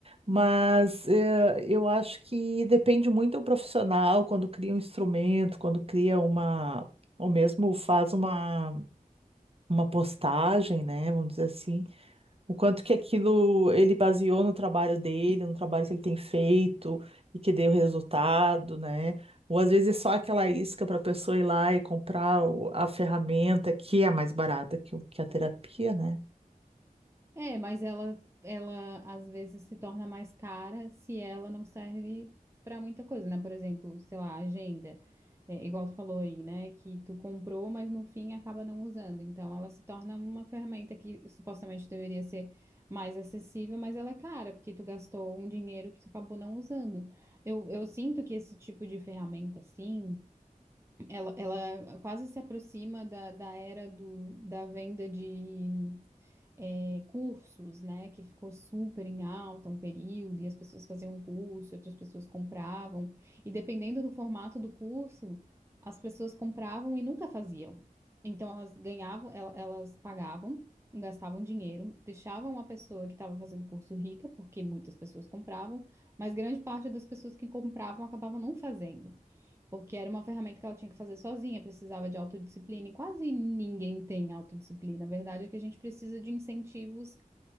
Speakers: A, on the right; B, on the right.
A: Mas é, eu acho que depende muito do profissional quando cria um instrumento, quando cria uma. Ou mesmo faz uma, uma postagem, né? Vamos dizer assim. O quanto que aquilo ele baseou no trabalho dele, no trabalho que ele tem feito e que deu resultado, né? Ou às vezes é só aquela isca para a pessoa ir lá e comprar o- a ferramenta que é mais barata que, o- que a terapia, né?
B: É, mas ela, ela às vezes se torna mais cara se ela não serve para muita coisa, né? Por exemplo, sei lá, agenda. É, igual tu falou aí, né? Que tu comprou, mas no fim acaba não usando. Então ela se torna uma ferramenta que supostamente deveria ser mais acessível, mas ela é cara, porque tu gastou um dinheiro que tu acabou não usando. Eu, eu sinto que esse tipo de ferramenta, assim, ela, ela quase se aproxima da, da era do, da venda de é, cursos, né, que ficou super em alta um período, e as pessoas faziam um curso, e outras pessoas compravam, e dependendo do formato do curso, as pessoas compravam e nunca faziam. Então elas ganhavam, el- elas pagavam, gastavam dinheiro, deixavam a pessoa que estava fazendo curso rica, porque muitas pessoas compravam, mas grande parte das pessoas que compravam acabavam não fazendo. Porque era uma ferramenta que ela tinha que fazer sozinha, precisava de autodisciplina, e quase ninguém tem autodisciplina. A verdade é que a gente precisa de incentivos